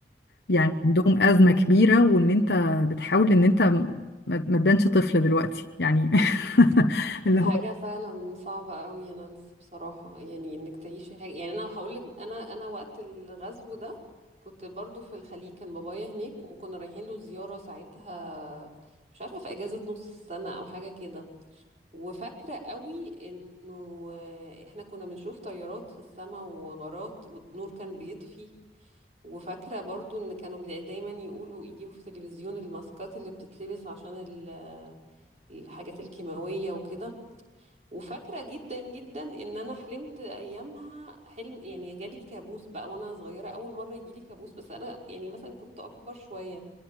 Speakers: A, on the left; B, on the right.
A: يعني
B: امم.
A: عندهم أزمة كبيرة وان انت بتحاول ان انت ما ما تبانش طفل دلوقتي يعني <laughs>
B: دي
A: اللي
B: حاجة
A: هو
B: فعلا صعبة قوي يا نانسي بصراحة يعني انك تعيشي حاجة يعني انا هقولك انا انا وقت الغزو ده كنت برضو في الخليج كان بابايا هناك وكنا رايحين له زيارة ساعتها مش عارفة في اجازة نص السنة او حاجة كده وفاكرة قوي انه آه، احنا كنا بنشوف طيارات في السماء وغارات والنور كان بيطفي وفاكرة برضو ان كانوا بي- دايما يقولوا يجيبوا في التلفزيون الماسكات اللي بتتلبس عشان ال- الحاجات الكيماوية وكده وفاكرة جدا جدا ان انا حلمت ايامها حلم يعني جالي كابوس بقى وانا صغيرة اول مرة يجيلي كابوس بس انا يعني مثلا كنت اكبر شوية